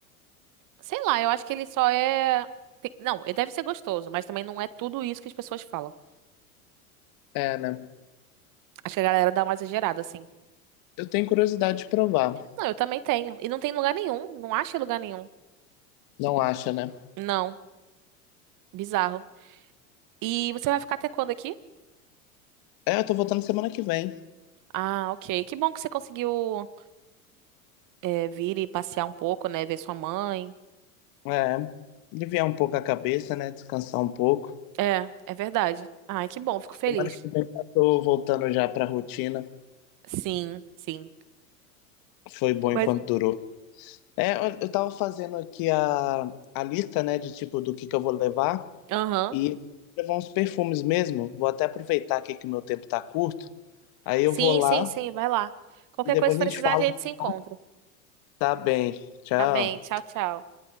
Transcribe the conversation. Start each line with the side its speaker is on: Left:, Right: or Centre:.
Right: sei lá, eu acho que ele só é. tem- Não, ele deve ser gostoso, mas também não é tudo isso que as pessoas falam.
Left: É, né?
Right: Acho que a galera dá uma exagerada, assim.
Left: Eu tenho curiosidade de provar.
Right: Não, eu também tenho. E não tem lugar nenhum. Não acha em lugar nenhum.
Left: Não acha, né?
Right: Não. Bizarro. E você vai ficar até quando aqui?
Left: É, eu tô voltando semana que vem.
Right: Ah, ok. Que bom que você conseguiu é, vir e passear um pouco, né? Ver sua mãe.
Left: É. Aliviar um pouco a cabeça, né? Descansar um pouco.
Right: É, é verdade. Ai, que bom. Fico feliz.
Left: Semana que vem já tô voltando já pra rotina.
Right: Sim, sim.
Left: Foi bom
Right: Mas.
Left: enquanto durou. É, eu eu tava fazendo aqui a, a lista, né, de tipo do que que eu vou levar
Right: Aham.
Left: e levar uns perfumes mesmo. Vou até aproveitar aqui que o meu tempo tá curto. Aí eu
Right: Sim,
Left: vou lá
Right: sim, sim. Vai lá. Qualquer
Left: e depois
Right: coisa que
Left: a gente
Right: precisar,
Left: fala.
Right: a gente se encontra.
Left: Tá Tá bem. Tchau.
Right: Tá bem. Tchau, tchau.